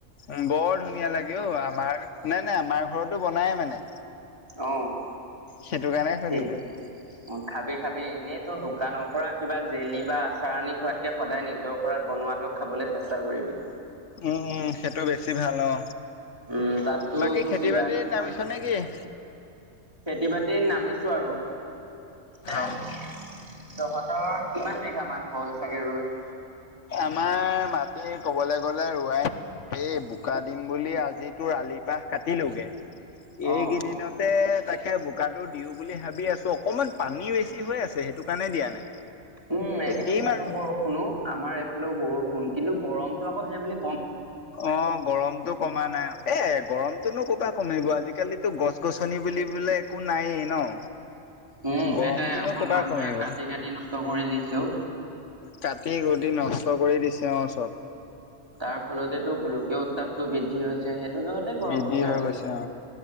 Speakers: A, on the left; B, on the right.
A: উম বৰ ধুনীয়া লাগে অ আমাৰ নাই নাই আমাৰ ঘৰতো বনায় মানে
B: অ <inaudible>
A: সেইটো কাৰণে সুধিলো
B: ঠিক
A: <unintelligible>
B: অ খাবি খাবি এনেই তোৰ দোকানৰ পৰা কিবা জেলি বা আচাৰ আনি খোৱাতকে সদায় নিজৰ ঘৰত বনোৱা বনোৱাটো খাবলৈ চেষ্টা কৰিবি।
A: উম সেইটো বেছি ভাল অ
B: উম তাততো
A: বাকী
B: তো
A: খেতি
B: কিবা
A: বাতি
B: এটা নহয়
A: নামিছ নে কি <inaudible>
B: খেতি বাতি নামিছো আৰু <inaudible>
A: অ
B: তহঁতৰ কিমান বিঘা মান হ'ল চাগে ৰুই <unintelligible>
A: আমাৰ মাটি কবলৈ গ'লে ৰৱাই <unintelligible> এই বোকা দিম বুলি আজি তোৰ আলি পাহ কাটিলোগে এইকদিনতে
B: অ
A: তাকে বোকাটো দিও বুলি ভাবি আছো অকমান পানী বেছি হৈ আছে সেইটো কাৰণে দিয়া নাই
B: উম এইকেইি
A: দিম
B: বহুত
A: আৰু
B: বৰষুণো আমাৰ এইফালেও বৰষুণ কিন্তু গৰমতটো আকৌ সেইবুলি
A: অ গৰমতটো কমা নাই এ গৰমতনো কপা কমিব আজিকালিতো গছ গছনি বুলিবলে একো নায়েই ন
B: উম
A: গৰমটোনো
B: সেইটোয়ে অকল
A: ক'বা
B: মানুহে
A: কমিব
B: কাটি কাটি নষ্ট কৰি দিছে <inaudible>
A: কাটি গদি নষ্ট কৰি দিছে অওঁ চপ <inaudible>
B: তাৰ ফলতেটো গোলকীয় উত্তাপটো বৃদ্ধি হৈছে সেই <unintelligible> গৰম
A: বৃদ্ধি
B: হৈছে
A: হৈ
B: আৰু
A: গৈছে অ